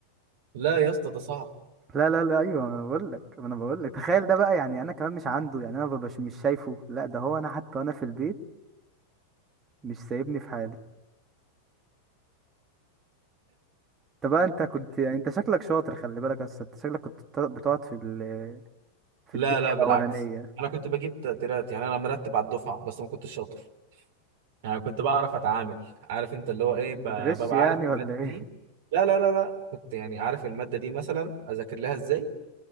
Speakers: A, on the right; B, on the right.
A: لا يا اسطى ده صعب
B: لا لا لا ايوه انا بقول لك انا بقول لك تخيل ده بقى يعني انا كمان مش عنده يعني انا مبقاش مش شايفه لا ده هو انا حتى وانا في البيت مش سايبني في حالي طب انت كنت يعني انت شكلك شاطر خلي بالك بس انت شكلك كنت بت- بتقعد في ال... في
A: لا
B: الدكه
A: لا بالعكس
B: الاولانيه
A: انا كنت بجيب تقديرات يعني انا مرتب على الدفعه بس ما كنتش شاطر يعني كنت بعرف اتعامل عارف انت اللي هو ايه
B: بتغش
A: ب- ببقى
B: يعني
A: عارف
B: ولا
A: الماده
B: ايه
A: دي
B: <laughs>
A: لا لا لا لا كنت يعني عارف الماده دي مثلا اذاكر لها ازاي